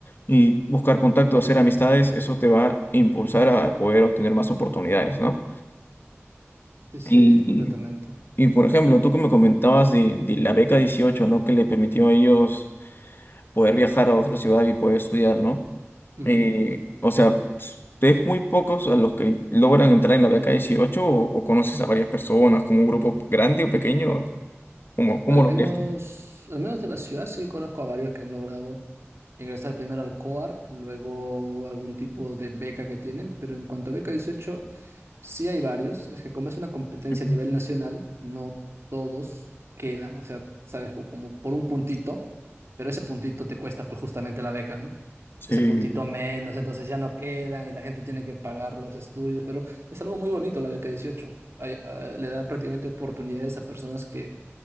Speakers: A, on the left (about 50°); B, on the right (about 65°).
A: y buscar contactos, hacer amistades, eso te va a impulsar a poder obtener más oportunidades, ¿no?
B: Sí, sí,
A: Y,
B: completamente.
A: y por ejemplo, tú que me comentabas de, de la beca 18, ¿no? Que le permitió a ellos poder viajar a otra ciudad y poder estudiar, ¿no?
B: Ujú.
A: Eh, o sea, s- es muy pocos a los que logran entrar en la beca 18, o, o conoces a varias personas, como un grupo grande o pequeño, como, cómo
B: Al menos,
A: lo ves tú?
B: al menos de la ciudad sí conozco a varios que han logrado ingresar primero al COAR, luego algún tipo de beca que tienen, pero en cuanto a beca 18 sí hay varios. Es que como es una competencia
A: Ujú.
B: a nivel nacional, no todos quedan, o sea, sabes, Co- como, por un puntito, pero ese puntito te cuesta pues justamente la beca, ¿no?
A: Sí,
B: Ese puntito menos, entonces ya no quedan y la gente tiene que pagar los estudios, pero es algo muy bonito la beca dieciocho Hay- eh, le da prácticamente oportunidades a personas que